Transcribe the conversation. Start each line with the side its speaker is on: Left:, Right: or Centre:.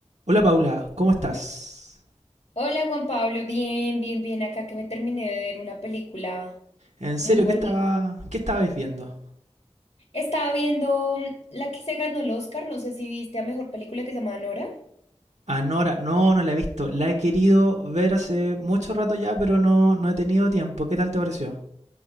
Right: Hola Paula, ¿cómo estás?
Left: Hola Juan Pablo, bien, bien, bien, acá que me terminé de ver una película
Right: En serio,
Left: muy bonita.
Right: ¿qué estaba, qué estabais viendo?
Left: Estaba viendo mm, la que se ganó el Oscar, no sé si viste a mejor película que se llama Nora.
Right: Anora, no, no no la he visto. La he querido ver hace mucho rato ya, pero no, no he tenido tiempo. ¿Qué tal te pareció?